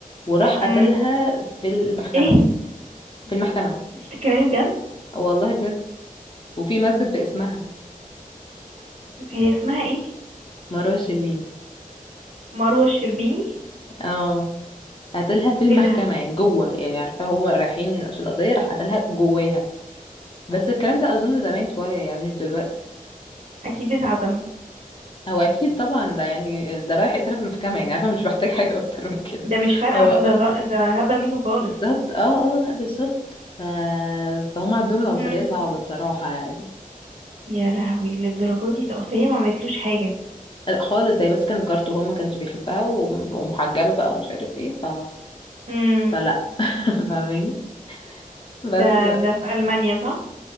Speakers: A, on the left; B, on the right.
A: وراح قتلها
B: امم
A: في المحكمة
B: ايه
A: في المحكمة
B: انت بتتكلمي بجد
A: والله بجد وفي مسجد باسمها
B: هي اسمها ايه
A: مروة الشربيني
B: مروة الشربيني
A: اه قتلها في المحكمة
B: ايه ده
A: يعني جوه يعني عارفة هما رايحين عشان قضية راح قتلها جواها بس الكلام ده اظن زمان شويه يعني مش دلوقتي
B: اكيد اتعدم
A: هو اكيد طبعا ده يعني ده رايح يتقال في المحكمه يعني انا مش محتاج حاجه اكتر من كده
B: ده مش فارقة
A: هو
B: مع- ده ده, ده هبة منه خالص
A: بالظبط اه اه لا بالظبط ف... فهم عندهم العنصريه
B: امم
A: صعبه بصراحه يعني
B: يا لهوي للدرجة دي ده اصل هي ما عملتلوش حاجة
A: لا خالص هي بس كان كارت وهو ما كانش بيحبها وم- ومحجبه بقى ومش عارف ايه ف...
B: امم
A: فلا <laughs> فاهماني بس
B: ده
A: بقى
B: ده في ألمانيا صح